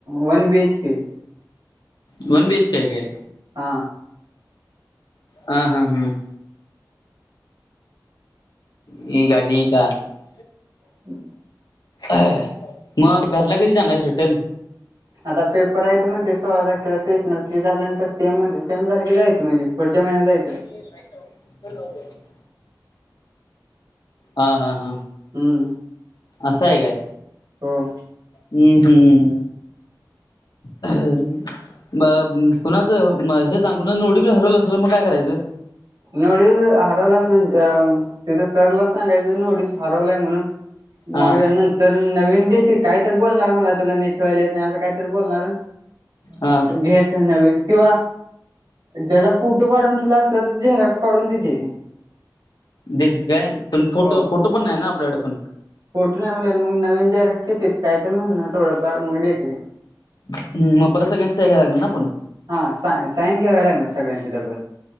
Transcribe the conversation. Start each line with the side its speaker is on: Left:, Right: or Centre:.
Right: वन बीएच के.
Left: वन बी एच के हाय काय?
Right: हा..
Left: हा.. हा.. हंम.. ही गाडी का? <inaudible>
Right: <unintelligible> हम
Left: मग घरला कधी? जाणार आहेस रिटर्न.
Right: आता पेपर आहेत म्हण ते सोळा तारखेला सेश ते झाल्यानंतर सेम म्हण सेम झाले की जायचं म्हणजे. पुढच्या महिन्यात जायचं.
Left: ते ऐक ना तर हे लावून दया हा.. हा.. हा..
Right: हम्म
Left: असं हाय काय?
Right: हो
Left: उम्म हम्म. म कुणाचं हे सांग कोणाच नोटीफिकेशन हरवलं असेल मग काय करायचं?
Right: नोटस हरवला असल, तिथं सरला सांगायचं नोटीस हरवलाय म्हणून.
Left: हा
Right: मग हे नातं तर नवीन देतील काही तर, बोलणार मला तुला नीट कळलेलं नाही असं काहीतरी बोलणार.
Left: हा
Right: घ्यायचा नवीन किंवा त्याचा फोटो काढून ठेवला असला झेरॉक्स काढून देते.
Left: तेच काय? पण फोटो
Right: हो
Left: फोटो पण नाही ना आपल्याकडे पण.
Right: फोटो नाही म्हणत्यात, मग नवीन जेयरक्स देते काय तर म्हण थोडंफार मग देत ते
Left: ह मग परत सगळ्याची सई घ्याय लागणार पण?
Right: हा सा साईन घ्यावा लागणार, सगळ्यांचे डबल.